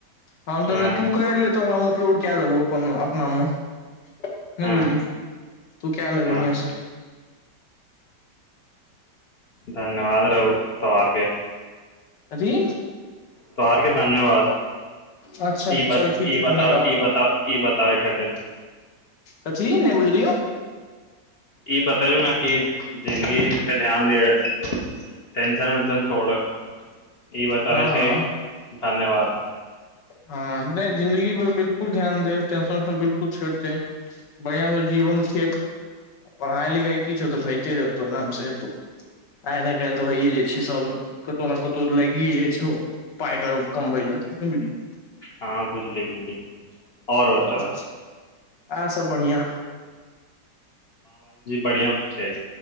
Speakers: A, on the left; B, on the left.
A: हम
B: हँ
A: तऽ नै तू कैर ले तोरा हम अपलोड कए देबौ अपनमे अपना मे नहि
B: हँ
A: बुझली तू क ले
B: हँ
A: बढ़िआस
B: धन्यवाद रहु तोरके
A: कथी
B: तो हार के धन्यवाद
A: अच्छा
B: ई
A: चल
B: ब
A: ठीक
B: ई
A: है,
B: बताब
A: धन्यवाद
B: ई बताब ई बताबै खातिर
A: कथी नहि बुझलियौ
B: ई बतैयौ न कि जिन्दगी पे ध्यान दिअ टेंशन उंशन छोड़ह ई बताबै
A: हँ
B: छै धन्यवाद
A: हँ नहि जिंन्दगीपर बिल्कुल ध्यान दे टेंशन उशन बिल्कुल छोड़ि दे बढ़िआँसँ जीवन खेप पढ़ाइ लिखाइ किछो उ तऽ होइते रहतौ आरामसँ हेतौ आइ नहि काल्हि तऽ भइए जाइ छै सभ कतहु ने कतहु लागिए जाइ छौ पाइ कमबै ला नहि बुझलियै
B: हँ बुझली बुझली आओर
A: साला
B: बताउ
A: आर सब बढ़ियां
B: बढ़ियां छै